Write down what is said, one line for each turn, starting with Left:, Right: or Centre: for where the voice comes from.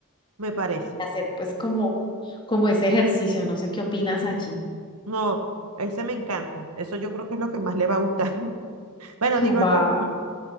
Right: me parece.
Left: hacer pues como, como ese ejercicio, no sé qué opinas allí.
Right: No, ese me encanta, eso yo creo que es lo que más le va a gustar. <laughs> Bueno,
Left: <laughs>
Right: digo
Left: Va.
Right: yo.